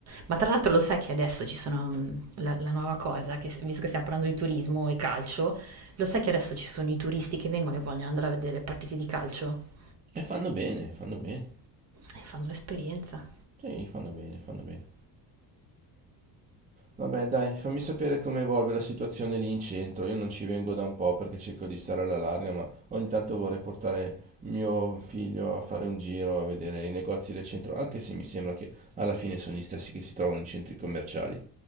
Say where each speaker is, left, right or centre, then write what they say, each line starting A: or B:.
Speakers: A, on the right; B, on the right.
A: ma tra l'altro lo sai che adesso ci sono mm, la, la nuova cosa, che, visto che stiamo parlando di turismo e calcio, lo sai che adesso ci sono i turisti che vengono e vogliono andare a vedere le partite di calcio?
B: E fanno bene, fanno bene.
A: E fanno l'esperienza.
B: Sì, fanno bene, fanno bene. Vabbè, dai, fammi sapere come evolve la situazione lì in centro. Io non ci vengo da un po' perché cerco di stare alla larga, ma ogni tanto vorrei portare mio figlio a fare un giro, a vedere i negozi del centro, anche se mi sembra che alla fine sono gli stessi che si trovano in centri commerciali.